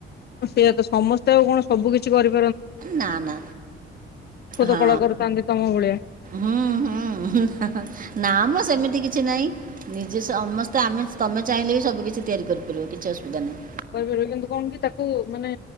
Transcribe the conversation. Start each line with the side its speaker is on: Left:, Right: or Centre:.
Left: ହ ସେଇଆ ତ ସମସ୍ତେ ଆଉ କଣ ସବୁ କିଛି କରି
Right: ନା ନା
Left: ପ୍ରକୃତ
Right: ହଁ
Left: କଳାକାର ଥାନ୍ତି ତମ ଭଳିଆ
Right: ହୁଁ ହୁଁ ନା ମ ସେମିତି କିଛି। କିଛି ନାହିଁ ନିଜେ ସମସ୍ତେ ଆମେ ତମେ ଚାହିଁଲେ ବି ସବୁ କିିଛି ତିଆରି କରିପାରିବ କିଛି ଅସୁବିଧା ନାହିଁ।
Left: କହିପାରିବ କିନ୍ତୁ କଣ କି ତାକୁ ମାନେ